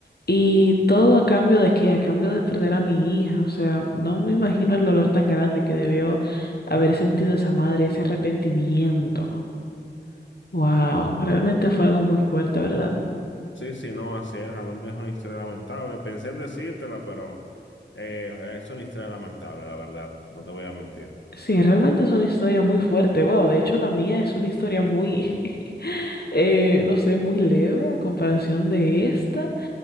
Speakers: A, on the left; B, on the left.
A: y todo a cambio de qué, a cambio de perder a mi hija. O sea, no me imagino el dolor tan grande que debió haber sentido esa madre, ese arrepentimiento. Wow, realmente fue algo muy fuerte, ¿verdad?
B: Sí, sí, no, así es, realmente es una historia lamentable. Pensé en decírtela, pero eh, es una historia lamentable, la verdad, no te voy a mentir.
A: Sí, realmente es una historia muy fuerte, wow. De hecho, la mía es una historia muy, <laughs> eh, no sé, muy leve a comparación de esta.